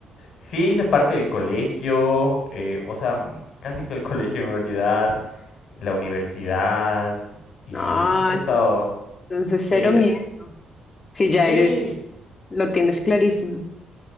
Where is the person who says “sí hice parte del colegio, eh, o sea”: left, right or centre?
Left